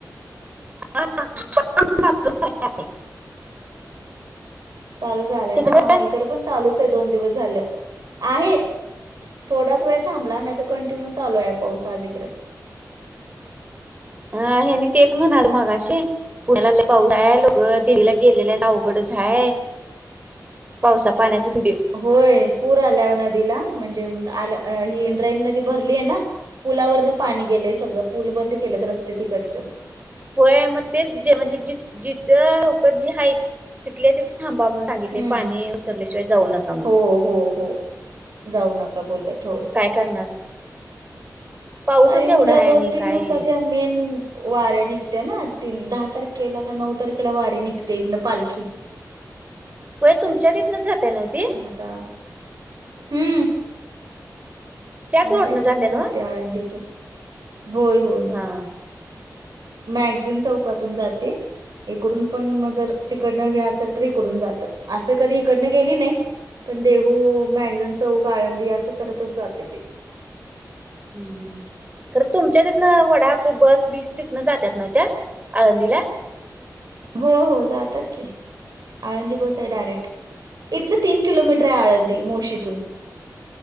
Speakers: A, on the right (about 25°); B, on the right (about 70°).
A: हा <inaudible>
B: चालू झालंय
A: तिकडं
B: ना हा इकड पण चालूच आहे दोन दिवस झालं आहे थोडाच वेळ थांबला नाही तर कंटिन्यू चालू आहे पाऊस आज इकडें
A: ह हेनी तेच म्हणाल मगाशीे पुण्याला पाऊस हाय म्हणं ग लोक दिलीला गेलेलयच् आवघडच कया पावसा पाण्याच <inaudible>
B: होय पूर आला नदीला म्हणजे आ ही इंद्रायणी नदी भरली आहे ना पुलावरन पाणी गेलंय सगळं पुूल बंद केले रस्ते तिकटचं
A: होय मग तेच जे म्हणजे ज जिथ लोक जी हाईत तिथले त थांबा म्हणून सांगितले
B: हम्म
A: पाणी वसरल्याशिवाय जाऊ नका म्हणून
B: हो, हो हो जाऊ नका बोललेत्
A: काय करणार पाऊसच
B: आणि उद्या
A: एवढा आहे
B: दोन
A: आणि
B: तीन
A: काय
B: दिवसात ह्या मेन वाऱ्या निघत्या ना तीन दहा तारखेला का नऊ तारखेला वारि निघते इथनं पालखी.
A: होय तुमच्या तिथनच जाते नव्ह ती
B: पण आता हम्म
A: त्याच
B: आमच्या
A: रोडनं
B: इथूनच
A: जात्या नव्ह
B: जाते आळंदीतून होय हो
A: हा
B: मॅगझीन चौकातून जाते. इकडून पण मग जर तिकडनं हे असेल तर इकडून जातात असं कधी इकडनं गेली नाही पण देहू मॅगझन चौक आळंदी असं करतच जाते ते
A: हम् हम्म खरं तुमच्या तिथनं वडाप् बस बीस तिथनं जातात न त्या आळंदीला
B: हो हो जातात की आळंदी बस आहे डायरेक्ट इथन् तीन किलोमीटर आहे आळंदी मुळशितुन